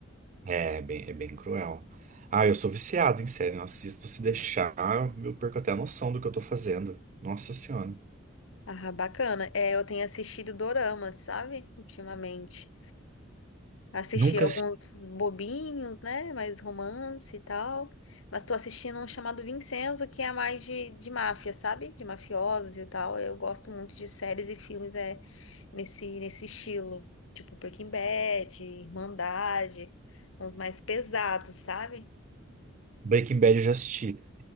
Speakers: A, on the right; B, on the left.
A: É, é bem, é bem cruel. Ah, eu sou viciado em série, eu assisto se deixar, eu perco até a noção do que eu tô fazendo. Nossa Senhora.
B: Ah, bacana. É, eu tenho assistido dorama, sabe? Ultimamente. Assisti
A: Nunca
B: alguns
A: assisti
B: bobinhos, né? Mais romance e tal. Mas tô assistindo um chamado Vincenzo, que é mais de, de máfia, sabe? De mafiosos e tal. Eu gosto muito de séries e filmes é, nesse, nesse estilo. Tipo Breaking Bad, Irmandade, uns mais pesados, sabe?
A: Breaking Bad, eu já assisti.